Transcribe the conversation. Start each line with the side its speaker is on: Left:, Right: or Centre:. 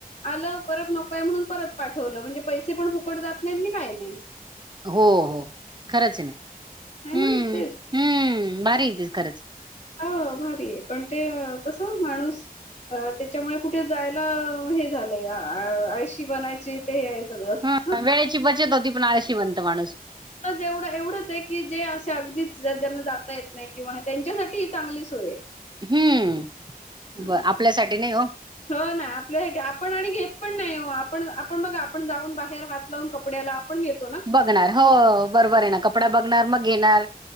Left: आलं परत नकोय म्हणून परत पाठवलं म्हणजे पैसे पण फुकट जात नाहीत ना काय नाही.
Right: हो हो खरंच आहे ना
Left: आहे
Right: हम्म
Left: तेच
Right: हम्म भारी य त खरंच
Left: ह भारी आहे पण ते कसं माणूस अ त्याच्यामुळे कुठे जायला हे झालंय आळशी बनायची ते हे आहे सगळं
Right: हम
Left: हं.
Right: वेळेची बचत होती पण आळशी बनतो माणूस
Left: एवढं एवढंच एक की जे असे अगदीच ज्यांना जाता येत नाही किंवा त्यांच्यासाठी ही चांगली सोय आहे
Right: हम्म
Left: हं.
Right: बर आपल्यासाठी नाही हो
Left: हो ना आपले आपण आणि घेत पण नाही हो आपण आपण बघा आपण जाऊन बाहेर हात लावून कपड्याला आपण घेत
Right: बघणार हो बरोबर आहे ना कपडा बघणार मग येेणार